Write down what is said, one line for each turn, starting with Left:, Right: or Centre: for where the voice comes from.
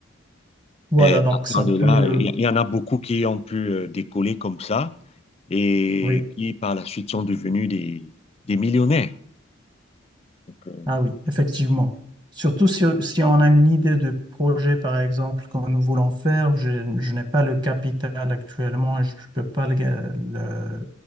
Right: voilà,
Left: Mais
Right: donc
Left: partant
Right: ça
Left: de
Right: peut,
Left: là, il y, il y en a beaucoup qui ont pu euh, décoller comme ça et
Right: oui,
Left: qui, par la suite, sont devenus des des millionnaires. Donc, euh,
Right: ah oui, effectivement. Surtout si, si on a une idée de projet, par exemple, que nous voulons faire, je, je n'ai pas le capital actuellement et je peux pas le, le-